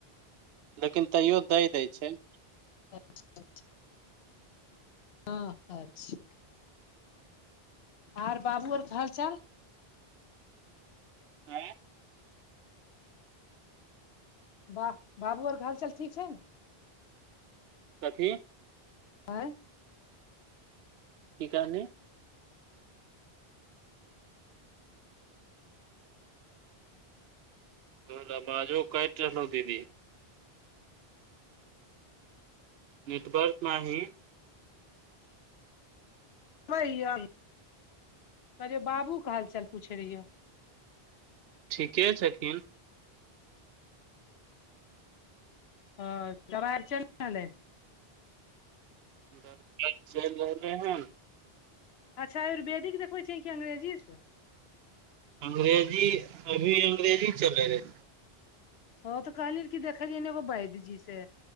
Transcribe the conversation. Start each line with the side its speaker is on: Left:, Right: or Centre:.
Right: लेकिन तैयो दै दै छै
Left: अच्छा अच्छा हँ अच्छा आर बाबू आर हाल चाल
Right: आँ
Left: बाह बाबू आर के हालचाल ठीक छै न
Right: कथी
Left: आँय
Right: की कहलिये तोहर आवजो कयट रहलौ दीदी नेटवर्क मा ही
Left: कहे बाबू क हाल चाल पूछै रहियै
Right: ठीके छथिन
Left: ह दवाई चल रहले
Right: दब चैल रहलै हन
Left: अच्छा आयुर्वदिक देखबे छियै की अंग्रेजीछै
Right: अंग्रेजी अभी अंग्रेजी चलै रहै
Left: हँ तऽ कहली कि देखैलीये ऐगो वैधजी से